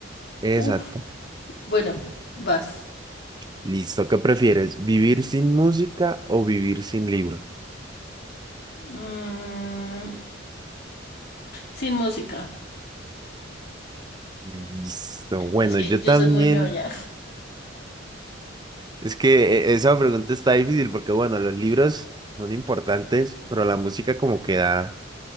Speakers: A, on the right; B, on the left.
A: Exacto.
B: Uf, bueno, vas.
A: Listo, ¿qué prefieres? ¿Vivir sin música o vivir sin libro?
B: Mm, sin música.
A: Mm, Listo, bueno,
B: Es que
A: yo
B: yo
A: también,
B: soy muy ñoña.
A: es que eh, esa pregunta está difícil porque, bueno, los libros son importantes, pero la música como que da,